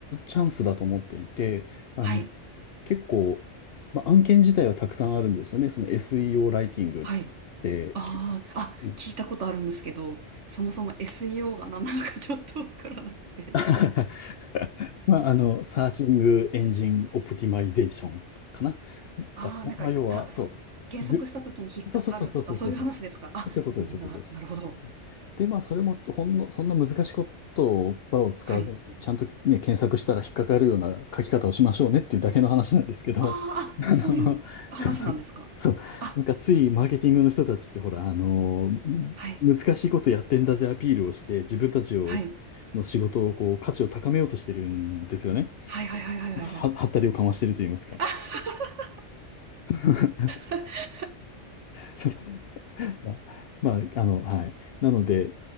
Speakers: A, on the left (about 60°); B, on the right (about 85°).
A: チャンスだと思っていて、あの、
B: はい。
A: 結構、まあ、案件自体はたくさんあるんですよね。その SEO ライティングっ
B: はい。
A: て。
B: ああ、
A: け
B: あ、
A: うん
B: 聞いたことあるんですけど、そもそも SEO が何なのかちょっとわからなくて。
A: <laughs> まあ、あの、サーチングエンジンオプティマイゼーションかな
B: ああ、
A: だったまあ、
B: なんか、た、
A: 要は、
B: そ検索した時に引っかかるとかそういう話ですかあ、
A: そう。ぐそうそうそうそうそうそう。そういうことです、
B: な、
A: そういうことです。
B: なるほど。
A: で、まあ、それも、ほんの、そんな難しいことを、場を使わずに、
B: はい。
A: ちゃんとね、検索したら引っかかるような書き方をしましょうねっていうだけの話なんですけど、
B: あ
A: <laughs>
B: あ、
A: あの、
B: あ、そういう話なんですかあ、
A: そうそう、そう、なんかついマーケティングの人たちって、ほら、あの、
B: はい。
A: 難しいことやってんだぜアピールをして、自分たちを
B: はい。
A: の仕事をこう価値を高めようとしてるんですよね。
B: はいはいはいはいはいはい。
A: は、はったりをかましてると言いますか。
B: <laughs>
A: <laughs>
B: あ
A: そうまあ、まああの、はい。なので、